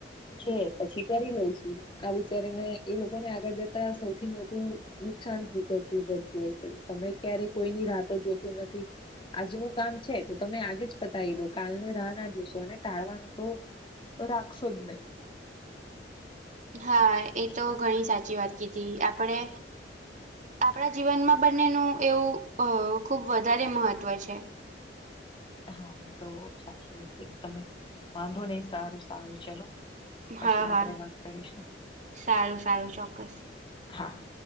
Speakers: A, on the left; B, on the right.
A: છે પછી કરી લઈશું આ વિચારીને એ લોકોને આગળ જતા સૌથી મોટું નુકસાન ભૂગવવું પડતું હોય છે, સમય ક્યારે કોઈની રાહતો જોતું નથી. આજનું કામ છે તો તમે આજે જ પતાવી દો કાલની રાહ ના જોશો અને ટાળવાનું તો રાખશો જ નહી
B: હા એ તો ઘણી સાચી વાત કીધી આપણે આપણા જીવનમાં બંનેનું એવું ખુબ વધારે મહત્ત્વ છે.
A: હા તો સાચી વા તમે વાંધો નહી સારુ સારુ ચલો પછી
B: હા હા
A: આપડે વાત કરીશું
B: સારું સારું ચોક્કસ
A: હા